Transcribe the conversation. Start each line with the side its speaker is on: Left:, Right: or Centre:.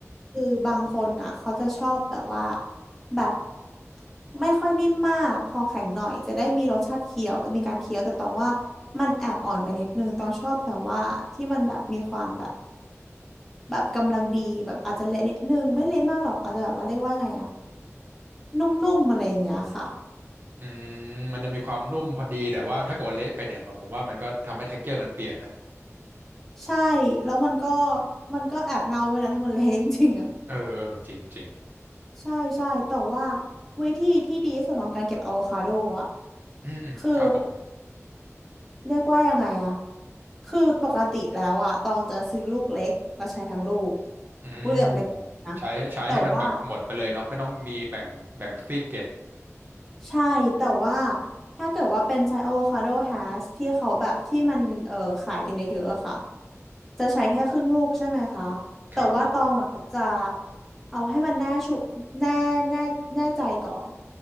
Centre: คือบางคนอ่ะเขาจะชอบแบบว่าแบบไม่ค่อยนิ่มมากพอแข็งหน่อยจะได้มีรสชาติเคี้ยวมีการเคี้ยวแต่ตองว่ามันแอบอ่อนไปนิดนึงตองชอบแบบว่าที่มันแบบมีความแบบแบบกำลังดีแบบอาจจะเละนิดนึงไม่เละมากหรอกอาจจะแบบว่าเรียกว่าไงอะ นุ่มๆอะไรอย่างเงี้ยค่ะ
Right: อืมมันจะมีความนุ่มพอดีแต่ว่าถ้าเกิดว่าเละไปเนี่ยผมว่ามันก็ทำให้เท็กเจอร์มันเปลี่ยนนะ
Centre: ใช่แล้วมันก็มันก็แอบเน่าด้วยนะถ้ามันเละ <laughs> จริงๆอ่ะ
Right: เออเออจริงจริง
Centre: ใช่ใช่แต่ว่าวิธีที่ดีที่สุดของการเก็บอะโวคาโดอ่ะ
Right: อืมอืมครับผม
Centre: คือเรียกว่ายังไงอ่ะคือปกติแล้วอ่ะตองจะซื้อลูกเล็กแล้วใช้ทั้งลูก
Right: อืม
Centre: ลูกเล็กกับเล็กนะ
Right: ใช้ใช้ให้มันแบบหมดไปเลยเนาะไม่ต้องมีแบ่งแบ่งซี่เก็บ
Centre: แต่ว่าใช่แต่ว่าถ้าเกิดว่าเป็นไซส์อะโวคาโดแฮชที่เขาแบบที่มันเอ่อขายกันเยอะๆอะค่ะ จะใช้แค่ครึ่งลูกใช่ไหมคะแต่ว่าตองอ่ะจะ
Right: ครับผม
Centre: เอาให้มันแน่ชุแน่แน่แน่ใจก่อน